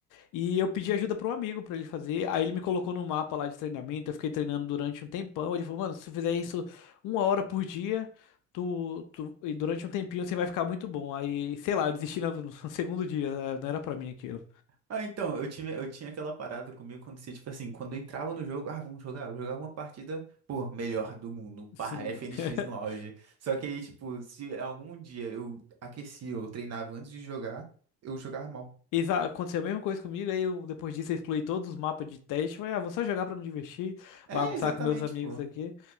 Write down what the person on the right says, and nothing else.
Ah, então, eu tinha, eu tinha aquela parada comigo quando se, tipo assim, quando eu entrava no jogo, ah, vamos jogar. Eu jogava uma partida, pô, melhor do mundo,
pá, <laughs> FNX
no auge. Só que aí, tipo, se algum dia eu aquecia ou treinava antes de jogar, eu jogava mal.
É,
exatamente,
pô.